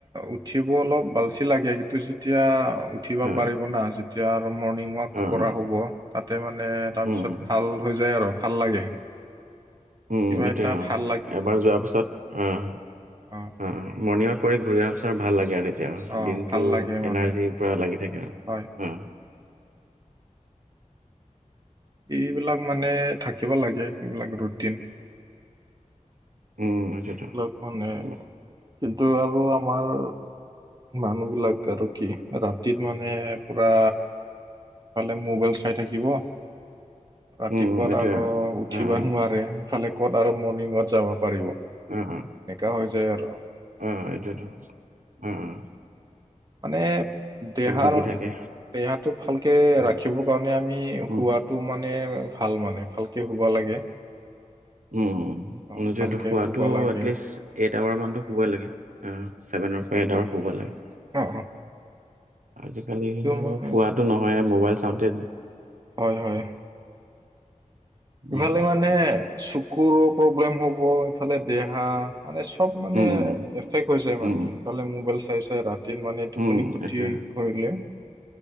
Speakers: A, on the right; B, on the right.
A: উঠিব অলপ আলচি লাগে কিন্তু যেতিয়া উঠিব
B: অ
A: পাৰিব না যেতিয়া আৰু মৰ্ণিং ৱাক
B: অ
A: কৰা
B: অ
A: হ'ব। তাতে মানে তাৰপিছত
B: উম উম
A: ভাল হৈ যায় আৰু ভাল লাগে।
B: উম
A: কিবা
B: এইটোৱে
A: এটা
B: অ
A: ভাল
B: এবাৰ যোৱাৰ পিছত আহ।
A: অ।
B: অহ অহ মৰ্নিং ৱাক কৰি ঘূৰি অহাৰ পাছত ভাল লাগে আৰু। এতিয়া
A: অঁ
B: দিনতটো
A: ভাল লাগে মানে
B: এনাৰ্জি পোৰা লাগি থাকে আৰু
A: হয়
B: অ।
A: এইবিলাক মানে থাকিব লাগে এইবিলাক ৰুটিন।
B: উম। সেইটোৱেতো
A: এইবিলাক মানে
B: উম
A: কিন্তু আৰু আমাৰ মানুহ বিলাক আৰু কি ৰাতিত মানে পুৰা এফালে মোবাইল চাই থাকিব। ৰাতিপুৱাত
B: উম এইটোৱে
A: আৰু উঠিব
B: অ অ
A: নোৱাৰে ইফালে ক'ত আৰু মৰ্ণিং ৱাক যাব পাৰিব।
B: অ <unintelligible> অ।
A: বেকা হৈ যায় আৰু।
B: অ এইটোৱেটো অহ অহ।
A: মানে দেহাৰ
B: বিজি থাকে
A: দেহাটো ভালকে
B: উম
A: ৰাখিবৰ কাৰণে আমি
B: উম
A: শোৱাটো মানে ভাল মানে। ভালকে শুব লাগে।
B: উম উম
A: অ
B: এইটো
A: ভালকে
B: শোৱাটো
A: শুব লাগে
B: এটলিষ্ট এইট আৱাৰ মানতো শুবই লাগে। অ চভেনৰ পৰা এইট আৱাৰ শুবই লাগে।
A: অহ।
B: আজিকালি
A: মানে
B: শোৱাটো নহয় মোবাইল চাওঁতে
A: হয় হয়।
B: উম,
A: ইফালে মানে চকুৰো প্ৰব্লেম হ'ব ইফালে দেহা। মানে চব মানে
B: উম, উম,
A: এফেক হৈ যায়
B: উম,
A: মানে
B: উম,
A: অকলে মোবাইল চাই চাই ৰাতি। মানে টোপনি
B: উম,
A: খতি
B: এইটোৱে
A: কৰিলে